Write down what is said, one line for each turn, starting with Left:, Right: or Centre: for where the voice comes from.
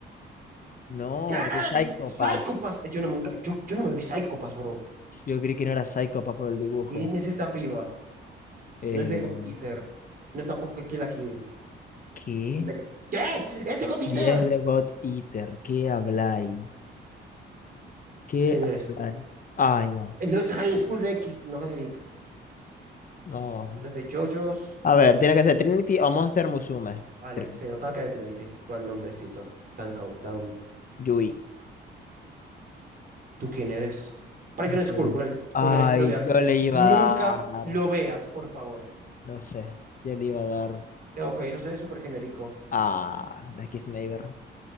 Left: No,
Right: ¡Can!
Left: de Psycho
Right: ¡Psychopass!
Left: Pass.
Right: Yo no, nunca, yo, yo no me vi Psychopass, bro.
Left: Yo creí que no era Psycho Pass por el dibujo.
Right: ¿Quién es esta piba?
Left: Eh,
Right: No es de God Eater. No es tampoco de Kill la Kill.
Left: ¿qué?
Right: De- ¿Qué? ¡Es de God Eater!
Left: Si es de God Eater, ¿qué habláis? ¿Qué
Right: ¿Quién
Left: habláis?
Right: eres tú?
Left: Ay, no.
Right: Eh, No es High School de X, no, Eric.
Left: No.
Right: No es de JoJo's.
Left: A ver, tiene que ser Trinity o Monster Musume.
Right: Vale,
Left: Trinity.
Right: se notaba que era de Trinity por el nombrecito. Tan, cau- tan...
Left: Yui.
Right: ¿Tú quién eres? Prison
Left: Eh,
Right: School por el,
Left: Ay,
Right: por el estilo de arte.
Left: yo le iba
Right: Nunca
Left: a dar.
Right: lo veas, por favor.
Left: No sé. Yo le iba a dar
Right: Eh, ok, eso es súper genérico.
Left: a Lucky Sniper.